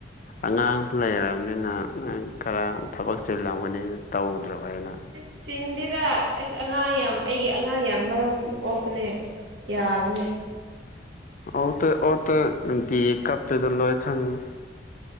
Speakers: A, on the left (about 45°); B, on the right (about 70°).
A: ꯑꯉꯥꯡ ꯂꯩꯔꯝꯅꯤꯅ ꯅꯪ ꯈꯔ ꯊꯕꯛ ꯆꯤꯜꯂꯝꯒꯅꯤꯅ ꯇꯧꯗ꯭ꯔꯕ ꯑꯩꯅ
B: ꯏꯁ ꯆꯤꯟꯗꯦꯗ ꯑꯁ ꯑꯉꯥꯡ ꯌꯥꯝ ꯑꯩꯒꯤ ꯑꯉꯥꯡ ꯌꯥꯝ ꯃꯔꯝ ꯑꯣꯛꯄꯅꯦ ꯌꯥꯕꯅꯦ
A: ꯑꯣꯛꯇꯦ ꯑꯣꯛꯇꯦ ꯅꯨꯡꯇꯤꯒꯤ ꯀꯞꯄꯤꯗꫭ ꯂꯣꯏ ꯈꯪꯉꯦ